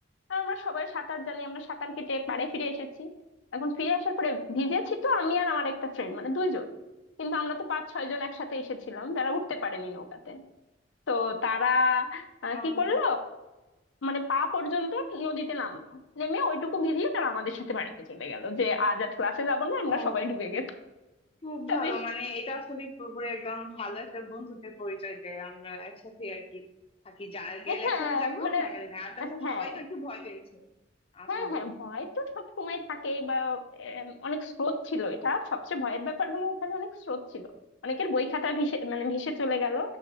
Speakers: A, on the left; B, on the left.
A: আর আমরা সবাই সাঁতার জানি আমরা সাঁতার কেটে পাড়ে ফিরে এসেছি এখন ফিরে আসার পরে ভিজেছি তো আমি আর আমার একটা ফ্রেন্ড মানে দুইজন কিন্তু আমরা তো পাঁচ ছয় জন একসাথে এসেছিলাম যারা উঠতে পারেনি নৌকাতে তো তারা আহ,
B: ও
A: কি করলো মানে পা পর্যন্ত নদীতে নামলো নেমে ওইটুকু ভিজিয়ে তারা আমাদের সাথে বাড়িতে চলে গেল যে আজ আর ক্লাসে যাবো না আমরা
B: ও
A: সবাই ডুবে গেছি
B: খুব
A: তা
B: ভালো
A: বেশ
B: মানে এটা আসলে পুরোপুরি একদম ভালো একটা বন্ধুত্বের পরিচয় যে আমরা একসাথে আর কি থাকি যা গেলে
A: হ্যাঁ
B: একসাথে যাবো
A: মানে
B: না গেলে না আর তাছাড়া
A: হ্যাঁ
B: সবাই তো একটু ভয় পেয়েছে আসলে
A: হ্যাঁ হ্যাঁ ভয় তো সব সময় থাকেই বা এম, অনেক স্রোত ছিল এটা সবচেয়ে ভয়ের ব্যাপার হলো এখানে অনেক স্রোত ছিল অনেকের বই খাতা ভেসে মানে ভেসে চলে গেল